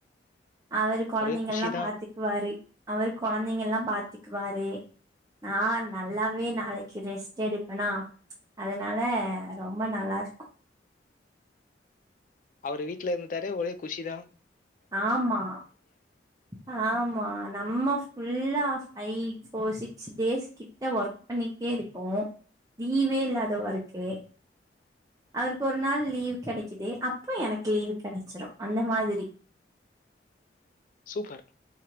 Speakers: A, on the right; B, on the left.
A: அவரு கொழந்தைங்கள்லா
B: ஒரே குஷி தான்.
A: பாத்துக்குவாரு அவரு குழந்தைங்கள்லா பாத்துக்குவாரு நா நல்லாவே நாளைக்கி ரெஸ்ட் எடுப்பேனா அதனால ரொம்ப நல்லா இருக்கும்
B: அவரு வீட்ல இருந்துட்டாரே ஒரே குஷி தா
A: ஆமா ஆ ஆமா நம்ம ஃபுல்லா ஃபைட்ஸ் ஓர் சிக்ஸ் டேஸ் கிட்ட ஒர்க் பண்ணிக்ட்டே இருக்கோ லீவே இல்லாதவாருக்கு அவருக்கு ஒரு நாள் லீவு கெடைக்கிது அப்போ எனக்கு லீவு கெடைச்சிடும் அந்த மாதுரி
B: சூப்பர்